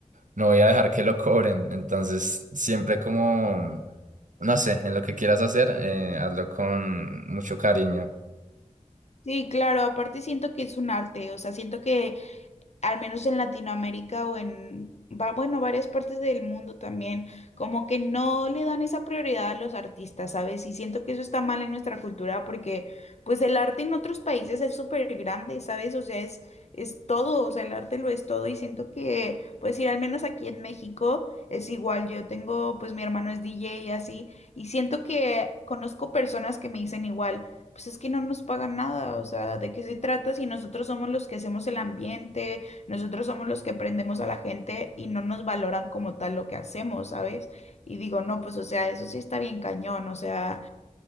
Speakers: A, on the right; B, on the left.
A: no voy a dejar que lo cobren. Entonces, siempre como, no sé, en lo que quieras hacer, eh, hazlo con mucho cariño.
B: Sí, claro, aparte siento que es un arte, o sea, siento que al menos en Latinoamérica o en, va- bueno, varias partes del mundo también, como que no le dan esa prioridad a los artistas, ¿sabes? Y siento que eso está mal en nuestra cultura porque pues el arte en otros países es súper grande, ¿sabes? O sea, es, es todo, o sea, el arte lo es todo y siento que, pues ir al menos aquí en México es igual, yo tengo, pues mi hermano es DJ y así, y siento que conozco personas que me dicen igual pues es que no nos pagan nada, o sea, ¿de qué se trata si nosotros somos los que hacemos el ambiente? Nosotros somos los que prendemos a la gente y no nos valoran como tal lo que hacemos, ¿sabes? Y digo, no, pues, o sea, eso sí está bien cañón, o sea,